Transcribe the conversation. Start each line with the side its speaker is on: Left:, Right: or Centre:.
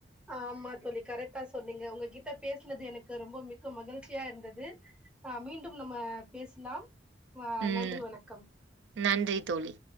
Centre: ஆமா தோழி கரெக்டா சொன்னீங்க உங்ககிட்ட பேசுனது எனக்கு ரொம்ப மிக்க மகிழ்ச்சியா இருந்தது ஆஹ் மீண்டும் நம்ம பேசலாம் ஆஹ்
Right: ம்.
Centre: நன்றி வணக்கம்
Right: நன்றி தோழி